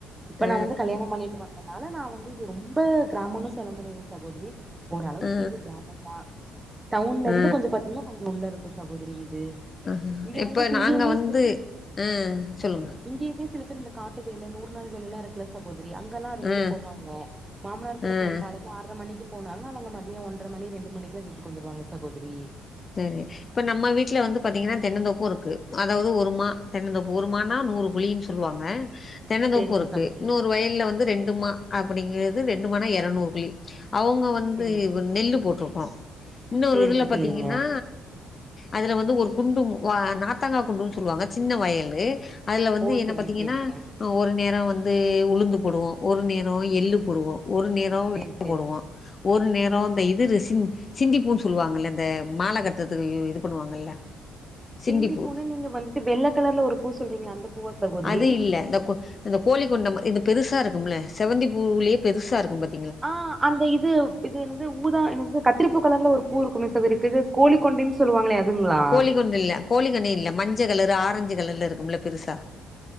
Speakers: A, on the right (about 15°); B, on the left (about 35°).
A: இப்ப
B: அ,
A: நான் வந்து கல்யாணம் பண்ணிட்டு வந்தனால நான் வந்து இது ரொம்ப கிராமம்ன்னனு சொல்ல முடியாது சகோதரி ஓரளவுக்கு
B: அ, அ,
A: இது கிராமம் தான் டவுன்ல
B: அ,
A: இருந்து கொஞ்சம் பாத்தீங்கன்னா கொஞ்சம் உள்ள இரு சகோதரி இது
B: அ
A: இங்க
B: இப்ப
A: வந்து
B: நாங்க
A: இங்கயுமே
B: வந்து
A: சில
B: அ சொல்லுங்க
A: இங்கயுமே சில பேர் இந்த காட்டு வேல நூறு நாள் வேலலாம் இருக்கல சகோதரி அங்க எல்லாம் அது மாரி
B: அ,
A: போவாங்க மாமனார் கூட
B: அ.
A: போவங்க காலையில ஆர மணிக்கு போன அவங்க மதியம் ஒன்றர மணி ரெண்டு மணிக்குலாம் வீட்டுக்கு வந்துடுவாங்க சகோதரி
B: செரி இப்ப நம்ம வீட்டுல வந்து பாத்தீங்கன்னா தென்னந்தோப்பும் இருக்கு அதாவது ஒருமா தென்னந்தோப்பு ஒருமனா நூறு குழின்னு சொல்லுவாங்க தென்னநோப்பு
A: சேரிங்க
B: இருக்கு
A: சகோதரி
B: இன்னொரு வயல்ல வந்து ரெண்டுமா அப்டிங்கறது ரெண்டுமானா இரநூறு புள்ளி அவங்க வந்து
A: சேரி
B: நெல்லு போட்டிருக்கோம் இன்னொரு
A: சேரிங்க
B: இதுல பி
A: சேரிங்க
B: பாத்தீங்கன்னா அதுல வந்து ஒரு குண்டும் நாத்தாங்கா குண்டுன்னு சொல்லுவாங்க சின்ன வயல்லு அதுல வந்து
A: ஓ
B: என்ன
A: சேரி
B: பாத்தீங்கன்னா
A: சேரிங்க
B: ஒரு நேரம் வந்து அது உளுந்து போடுவோம் ஒரு நேரம் எள்ளு போடுவோம் ஒரு நிறம்
A: சேரி
B: வெ
A: சேரி
B: போடுவம் ஒரு நேரம் இந்த இரு சி சிந்திப்பன்னு சொல்லுவாங்க இந்த மால கட்டறத்துக்கு இது பண்ணுவாங்கல்ல சிண்டிப்பூ
A: சிண்டி பூன்னு நீங்க வந்துட்டு வெள்ள கலர்ல ஒரு பூ சொல்றீங்களா அந்த பூவ சகோதரி
B: அது இல்ல இந்த கோ இந்த கோழி கொண்டம் இது பெருசா இருக்கும்ல செவந்திபூலே பெருசா இருக்கும் பாரு
A: ஆ அந்த இது இது ந்து ஊதா என்னது கத்திரிப்பபூ கலர்ல ஒரு பூ இருக்குமே செதரிக்கு கோழிகா கொண்டைன்னு சொல்லுவாங்களே அதுங்களா
B: கோழி கொண்ட இல்ல கோழி கொண்ட இல்ல மஞ்ச கலர் ஆரஞ்சு கலர்ல இருக்கும்ல பெருசா